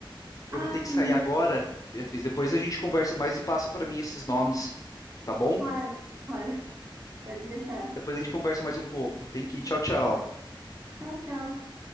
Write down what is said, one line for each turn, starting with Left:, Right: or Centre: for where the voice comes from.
Left: Eu
Right: Ah,
Left: vou ter que
Right: sim,
Left: sair agora, Beatriz. Depois a gente conversa mais e passa para mim esses nomes, tá bom?
Right: claro, claro. Pode deixar.
Left: Depois a gente conversa mais um pouco. Tem que ir. Tchau, tchau.
Right: Tchau, tchau.